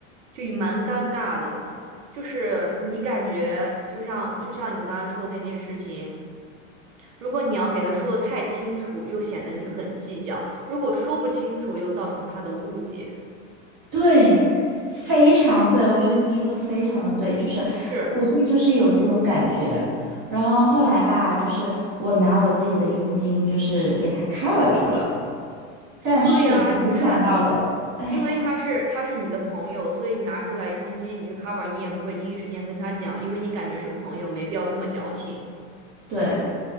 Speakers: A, on the right; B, on the right.
A: 就蛮尴尬的，就是你感觉就像就像你刚才说那件事情。如果你要给他说的太清楚，又显得你很计较；如果说不清楚，又造成他的误解。
B: 对，非常对，我觉得你说的非常的对，就是我这就是有这种感觉，
A: 是，
B: 然后后来吧，就是我拿我自己的佣金，就是给他 cover 住了，但是我没想到的，
A: 对呀，你看，
B: 哎，
A: 因为他是他是你的朋友，所以你拿出来佣金，你去 cover，你也不会第一时间跟他讲，因为你感觉是朋友，没必要这么矫情。
B: 对